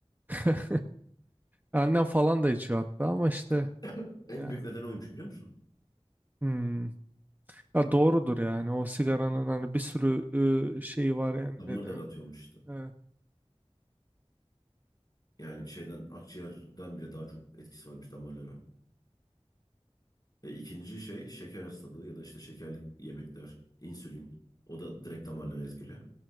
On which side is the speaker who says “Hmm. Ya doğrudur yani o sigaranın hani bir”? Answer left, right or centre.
Right